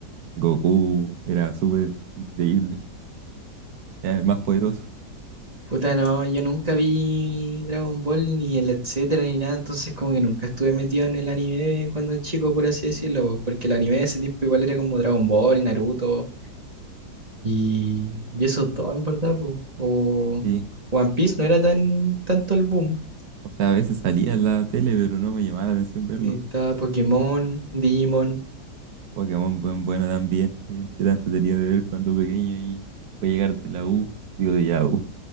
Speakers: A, on the right; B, on the right.
A: Goku, era súper increíble, era el más poderoso.
B: puta, no, yo nunca vi Dragon Ball ni el etcétera ni nada, entonces como que nunca estuve metido en el anime cuando chico, por así decirlo, po, porque el anime de ese tiempo igual era como Dragon Ball, Naruto y, y eso todo, en verdad, po. O
A: Sí,
B: One Piece no era tan tanto el boom.
A: o sea, a veces salía en la tele, pero no me llamaba la atención verlo.
B: Estaba Pokémon, Digimon.
A: Pokémon, buen, bueno también, eh, era entretenido de ver cuando pequeño y fue llegar de la U, digo de Yahoo.